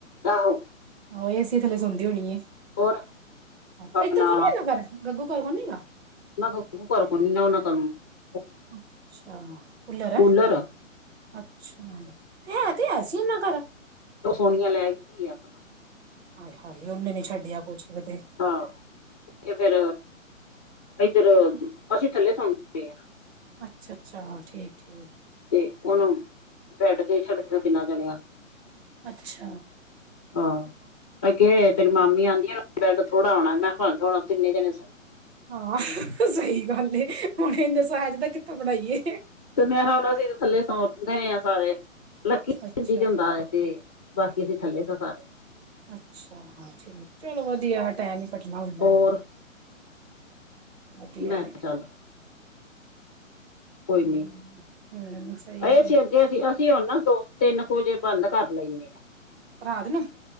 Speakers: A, in the centre; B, on the right.
A: ਆਹੋ।
B: ਆਹੋ ਏ ਸੀ ਥੱਲੇ ਸੋਂਦੀ ਹੋਨੀ ਏ,
A: ਹੋਰ
B: ਹਾਂ
A: ਆਪਣਾ
B: ਇੱਧਰ <unintelligible> ਗੱਗੂ ਘਰ ਕੋਈ ਨਿਗਾ।
A: <unintelligible>
B: ਅੱਛਾ, ਕੁੱਲਰ
A: ਕੂਲਰ
B: ਐ। ਅੱਛਾ, ਤੇ ਹੈ ਤੇ ਹੈ ਸੀ ਓੱਨਾ ਘਰ।
A: ਓ ਸੋਨੀਆ ਲੈ ਗਈ ਏ ਅਪਨਾ।
B: ਆਏ ਹਾਏ ਉੱਨੇ ਨੀ ਛੱਡਿਆ ਕੁਛ ਵੀ ਤੇ।
A: ਹਾਂ ਇਹ ਫਿਰ ਇੱਧਰ, ਅਸੀ ਥੱਲੇ ਸੋਨੇ ਪਏ ਆ।
B: ਅੱਛ-ਅੱਛਾ, ਠੀਕ-ਠੀਕ।
A: ਤੇ ਓਨੂੰ ਬੈਡ ਤੇ ਈ ਛੱਡ ਤਾਂ ਤਿੰਨਾਂ ਜਣਿਆਂ ਨੂੰ।
B: ਅੱਛਾ
A: ਹਾਂ। ਮੈਂ ਕਿਹਾ ਤੇਰੀ ਮਾਮੀ ਆਂਦੀ ਏਨਾ ਬੇਡ ਥੋੜਾ ਹੋਣਾ ਨਾ ਪਵੇ ਤਿੰਨੇ ਜਨੇ ਸੋ
B: ਹਾ ਸਹੀ ਗੱਲ ਏ ਹੁਣ ਇੰਨੇ ਸਾਇਜ ਦਾ ਕਿੱਥੋ ਬਣਾਈਏ।
A: ਤੇ ਮੈਂ ਹੁਣ ਅਸੀਂ ਤੇ ਥੱਲੇ ਸੌਣਦੇ ਰਹੇ ਹਾਂ ਸਾਰੇ ਲੱਕੀ
B: ਅੱਛਾ
A: <unintelligible> ਸੀ ਬਾਕੀ ਅਸੀ ਥੱਲੇ ਸਾ ਸਾਰੇ।
B: ਅੱਛਾਹਾ ਠੀਕ ਚਲੋ ਵਧੀਆ ਟੈਮ ਹੀ ਕੱਟਣਾ ਹੁੰਦਾ।
A: ਹੋਰ
B: ਵਧੀਆ
A: ਮੈਂ ਕਿਹਾ
B: ਏ।
A: ਚੱਲ ਕੋਈ
B: ਹੂੰ
A: ਨੀ
B: ਸਹੀ
A: ਆਏ
B: ਗੱਲ
A: ਸੀ ਅੱਗੇ ਸੀ ਅਸੀ ਹੁਣ ਨਾ ਦੋ ਤਿੰਨ ਕੁ ਵਜੇ ਬੰਦ ਕਰ ਲੈਂਨੇਂ ਆ।
B: ਰਾਤ ਨੂੰ।